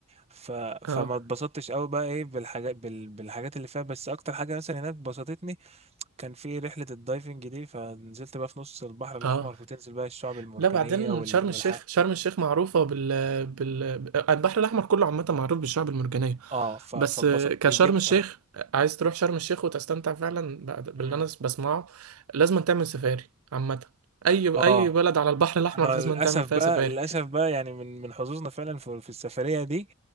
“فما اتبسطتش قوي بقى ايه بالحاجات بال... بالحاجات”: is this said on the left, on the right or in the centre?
Right